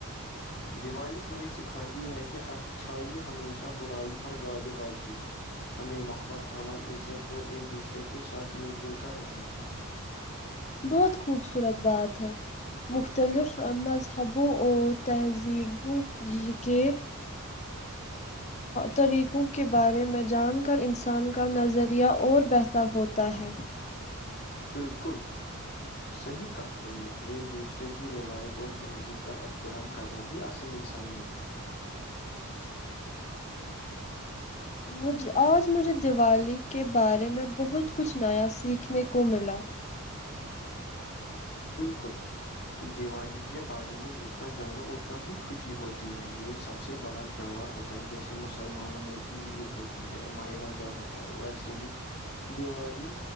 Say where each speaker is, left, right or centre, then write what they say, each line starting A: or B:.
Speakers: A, on the left; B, on the left.
A: دیوالی ہمیں سکھاتی ہے, کہ اچھائی ہمیشہ برائی پر گغالباتی ہے- ہمیں محبت امن عزت اور ایک دوسرے کے ساتھ مل جل کر رہنا چاہیے-
B: بہت خوبصورت بات ہے- مختلف مذہبوں اور تہذیبوں- یہ کہ
A: <inaudible>
B: طریقوں کے بارے میں جان کر انسان کا نظریہ اور بہتر ہوتا ہے-
A: بلکل صحیح کہا تم نے ایک دوسرے کی روایت اور تہذیب کا احترام کرنا ہی اسل- اصل انسانیت ہے-
B: مج آج مجھے دیوالی کے بارے میں بہت کچھ نیا سیکھنے کو ملا-
A: بالکل دیوالی کے بارے میں جتنا جانو اتنا ہی خوشی ہوتی ہے یہ سب سے بڑا تہوار ہوتا- ہوتا ہے جیسے مسلمانوں میں عید ہوتی ہے، ماہ رمضان ہوتا ہے وہ ایسے ہی- دیوالی